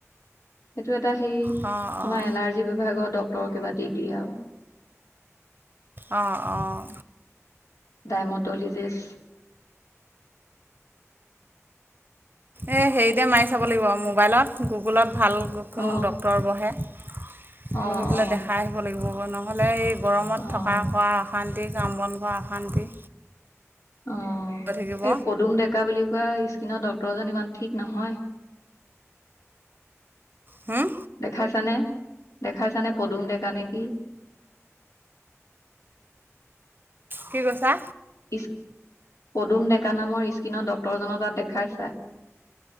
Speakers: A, on the left; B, on the right.
A: সেইটো এটা হেৰি তোমাৰ
B: অঁ অঁ
A: এলাৰ্জি বিভাগৰ ড ক্তৰ কিবা ডিগ্ৰী আৰু
B: অঁ, অঁ।
A: ডাইমটলিজিছ
B: এই হেৰিতে মাৰি চাব লাগিব মোবাইলত, গুগলত ভাল কোন
A: অ
B: ডক্তৰ বহে, বহি
A: অ
B: পেলাই
A: অ
B: দেখাই আহিব লাগিব নহ'লে এই গৰমত
A: অ
B: থকা -কৰা অশান্তি, কাম- বন কৰা অশান্তি
A: অ,
B: হৈ থাকিব
A: এই পদুম ডেকা বুলি কোৱা স্কি নৰ ডক্টৰজন ইমান ঠিক নহয়
B: হুম
A: দেখাইছানে? দেখাইছানে পদুম ডেকা নেকি?
B: কি কৈছা?
A: ইছ পদুম ডেকা নামৰ স্কিনৰ ডক্তৰজনৰ তাত দেখাইছা?